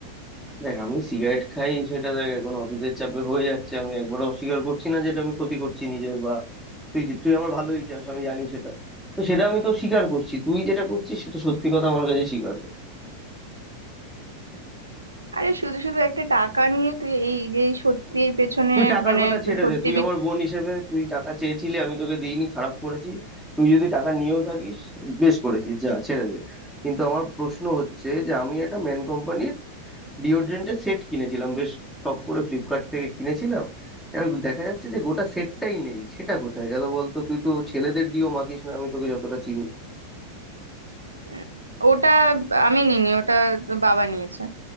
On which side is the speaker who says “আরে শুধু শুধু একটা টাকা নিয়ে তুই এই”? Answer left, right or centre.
Right